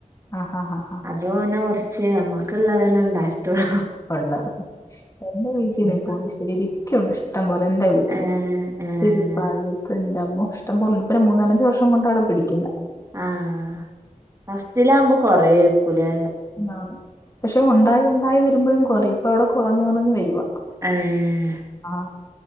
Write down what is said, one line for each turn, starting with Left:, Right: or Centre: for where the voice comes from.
Left: ആഹ് ആ ആ
Right: അതോന്നോ കുറച്ചേ നമ്മക്ക ഉള്ളതന്നെ ഉണ്ടായിട്ടുള്ളു.
Left: ഉള്ളത് എന്റെ വീട്ടിൽ
Right: ഇനിപ്പ
Left: നിൽപ്പുണ്ട് ശെരിക്കുണ്ട് ഇഷ്ടം പോലെ എന്റെ വീട്ടില്
Right: ഏഹ് ഏഹ്
Left: തിരുപ്പാഴത്തിന്റെമ്മോ ഇഷ്ടംപോലെ ഇപ്പൊ ഒരു മൂന്നാലഞ്ചു വർഷം കൊണ്ടാടോ പിടിക്കില്ല
Right: ആഹ് ഫസ്റ്റ്ലാവുമ്പോ കൊറയർക്കുല്ലേ
Left: ആണ് പക്ഷെ ഉണ്ടായി ഉണ്ടായി വരുമ്പോഴും കുറയും ഇപ്പ അവിടെ കുറഞ്ഞു കുറഞ്ഞ് വരുവാ
Right: ഏഹ്
Left: ആ